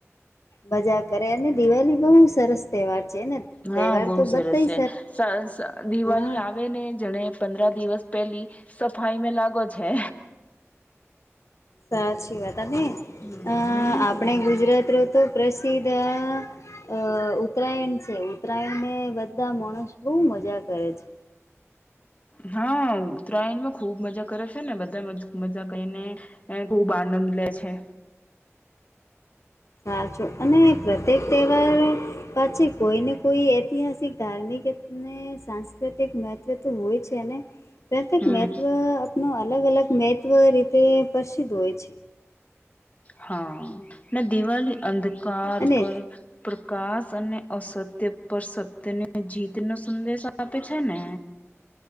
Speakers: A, on the left (about 75°); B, on the left (about 30°).
A: મજા કરે અને દિવાળી બહુ સરસ તહેવાર છે ને.
B: હા
A: તહેવાર
B: બહુ
A: તો
B: સરસ
A: બધા
B: છે દિવાળી
A: હા
B: આવે ને જણે પંદરા દિવસ પેલી સફાઈ મે લાગો છે.
A: સાચી વાત આપને
B: હમ
A: અ
B: હમ
A: આપણે ગુજરાત રો તો પ્રસિદ્ધ આ અ ઉત્તરાયણ છે ઉત્તરાયણ ને બધા માણસ બહુ મજા કરે છે.
B: હા ઉત્તરાયણ માં ખુબ મજા કરે છે ને બધા મજા કરીને એ ખુબ આનંદ લે છે.
A: સાચો અને પ્રત્યેક તહેવાર પાછ કોઈને કોઈ ઐતિહાસિક ધાર્મિક ને સાંસ્કૃતિક મહત્ત્વ તો હોય છે અને પ્રત્યેક
B: હમ
A: મહત્ત્વ આપનું અલગ અલગ મહત્વ રીતે પ્રસિદ્ધ હોય છે.
B: હા ના દિવાી અંધકાર
A: અને
B: પર પ્રકાશ અને અસત્ય પર સત્યને જીત નો સંદેશ આપે છે ને.